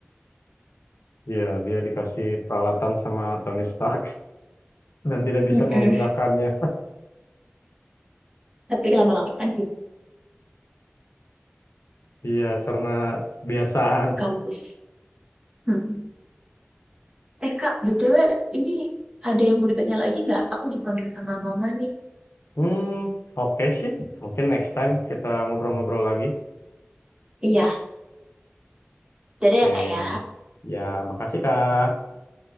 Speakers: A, on the left (about 75°); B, on the right (about 20°).
A: Iya, dia dikasih peralatan sama Tony Stark <laughs> dan tidak
B: Mm-mm.
A: bisa menggunakannya.
B: Tapi lama-lama kan
A: Iya, karena kebiasaan.
B: kampus. Mm-mm. Eh Kak, BTW ini ada yang mau ditanya lagi nggak? Aku dipanggil sama mama nih.
A: Hmm, oke sih. Mungkin next time kita ngobrol-ngobrol lagi.
B: Iya, jadi
A: Oke.
B: ya kak ya.
A: Ya, makasih Kak.